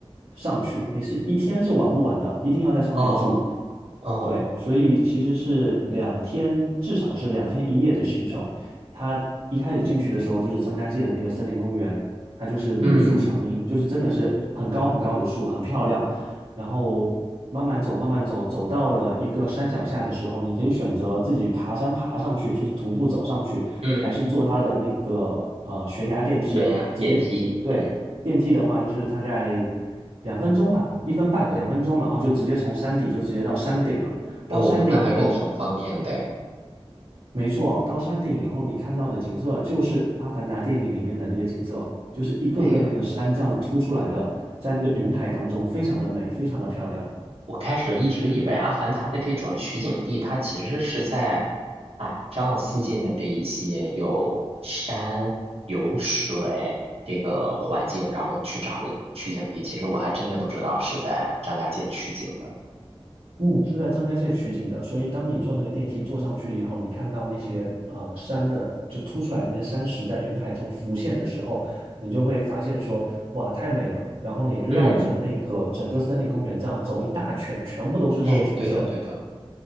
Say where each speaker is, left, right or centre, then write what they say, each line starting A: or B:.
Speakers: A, on the right; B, on the right.
A: 上去，你是一天是玩不完的，一定要在上面住。
B: 哦哦，
A: 对，所以其实是两天，至少是两天一夜的行程。它一开始进去的时候，就是张家界的那个森林公园，它就是绿树成荫，
B: 嗯
A: 就是真的是很高很高的树，很漂亮。然后慢慢走，慢慢走，走到了一个山脚下的时候，你可以选择自己爬山爬上去，就是徒步走上去，
B: 嗯，
A: 还是坐它的那个呃悬崖电梯，
B: 悬崖电梯，
A: 直接。对，
B: 嗯，
A: 电梯的话，就是大概两分钟吧，一分半，
B: 哦
A: 两分钟，然后就直接从山底就直接到山顶了。到山顶以后，
B: 哦，那还是挺方便的。
A: 没错，到山顶以后，你看到的景色就是《阿凡达》电影里面的那个景色，就是一个个那个山这样子凸出来的，
B: 哎呀。
A: 在那个云海当中，非常的美，非常的漂亮。
B: 我开始一直以为《阿凡达》的这种取景地，它其实是在海上附近的这一些有山、有水这个环境，然后去找的取景地。其实我还真的不知道是在张家界取景的。
A: 嗯，是在张家界取景的，所以当你坐那个电梯坐上去以后，你看到那些呃山的就凸出来那些山石在云海中浮现的时候，你就会发现说，哇，太美了。然后你绕着那个整个森林公园这样走一大圈，
B: 嗯，
A: 全部都是这个景色。
B: 哎，对的，对的。